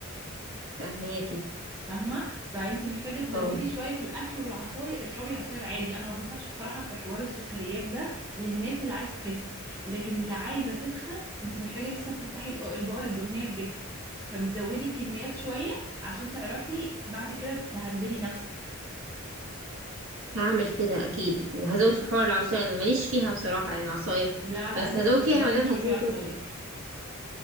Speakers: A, on the right (about 70°); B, on the right (about 15°).
A: فهماكي
B: فاهمه فانت محتاجه تزودي
A: اه
B: شويه في الاكل والعصاير اشربي عصاير عادي انا ما بنصحش بصراحه في حوار السكريات ده للناس اللي عايز تخس لكن اللي عايزه تتخن انت محتاجه لسه تفتحي الق- البؤر الدهنيه في جسمك فبتزودي الكميات شويه عشان تعرفي بعد كده تهندلي نفسك
A: هعمل كده اكيد وهزود في حوار العصاير انا ماليش فيها بصراحة يعني العصاير
B: لا على
A: بس
B: قد
A: هزود
B: ما تقدري
A: فيها ما دام
B: اشربي
A: هتزود
B: عصاير
A: وزني